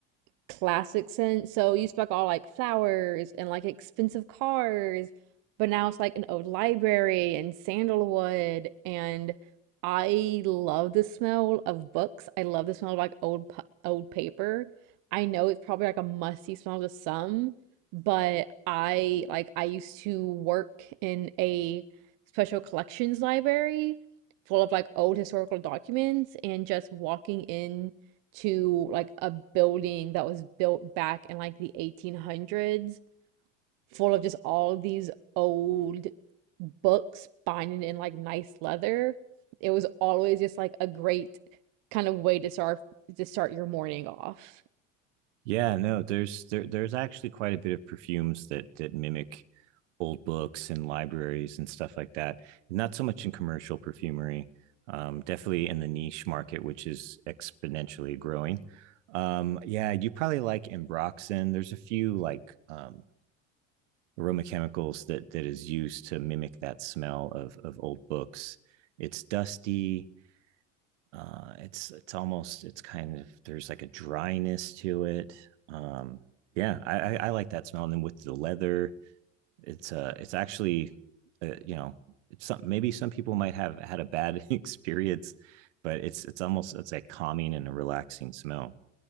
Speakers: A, on the right (about 60°); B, on the right (about 75°).
A: classic scent. So you used to be like all like flowers and like expensive cars, but now it's like an old library and sandalwood. And I love the smell of books. I love the smell of like old pa- old paper. I know it's probably like a musty smell to some, but I like I used to work in a special collections library full of like old historical documents and just walking in to like a building that was built back in like the 1800s, full of just all these old books binding in like nice leather. It was always just like a great kind of way to start to start your morning off.
B: Yeah, no, there's there, there's actually quite a bit of perfumes that that mimic old books and libraries and stuff like that. Not so much in commercial perfumery, um, definitely in the niche market, which is exponentially growing. Um, yeah, you probably like Embroxen. There's a few like um, aroma chemicals that that is used to mimic that smell of of old books. It's dusty uh it's it's almost it's kind of there's like a dryness to it um yeah i i, I like that smell and then with the leather it's uh it's actually uh, you know it's some maybe some people might have had a bad <laughs> experience but it's it's almost it's like calming and a relaxing smell